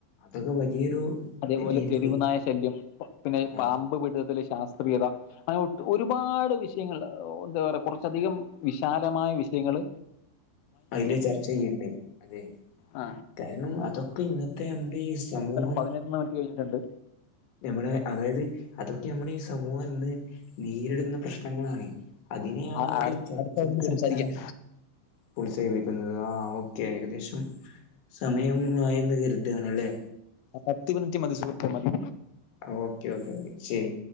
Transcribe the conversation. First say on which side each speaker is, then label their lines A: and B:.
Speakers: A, on the left; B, on the left.
A: അതൊക്കെ വലിയൊരു
B: അതേപോലെ
A: രീതിയില്
B: തെരുവുനായ ശല്യം പിന്നെ
A: ആ
B: പാമ്പു പിടിത്തത്തിലെ ശാസ്ത്രീയത. അങ്ങനെ ഒട്ടു ഒരുപാട് വിഷയങ്ങള്. എന്താ പറയാ കുറച്ചധികം വിശാലമായ വിഷയങ്ങള്
A: അതില് ചർച്ച ചെയ്യണ്ടേ അതെ.
B: ആ
A: കാരണം, അതൊക്കെ ഇന്നത്തെ നമ്മുടെ ഈ സമൂഹം.
B: പതിനെട്ടണ്ണം ഒക്കെ എഴുതിട്ടുണ്ട്.
A: നമ്മുടെ അതായത് അതൊക്കെ നമ്മുടെ ഈ സമൂഹം ഇന്ന് നേരിടുന്ന പ്രശ്നങ്ങളാണ് അതിനെയാണവര്
B: ആ, അടുത്ത
A: ചർച്ചക്ക്
B: അടുത്ത ഇതിൽ
A: ഇടുക്കാണ്ട്
B: സംസാരിക്കാം
A: ബുൾസൈ വിക്കുന്നത് ആ ഓക്കെ ഏകദേശം സമയം ആയെന്ന് കര്താണല്ലെ
B: ആഹ് പത്ത് മിനിറ്റി മതി സുഹ് ർ ത്തെ മതി
A: ആഹ് ഓക്കെ ഓക്കെ ശരി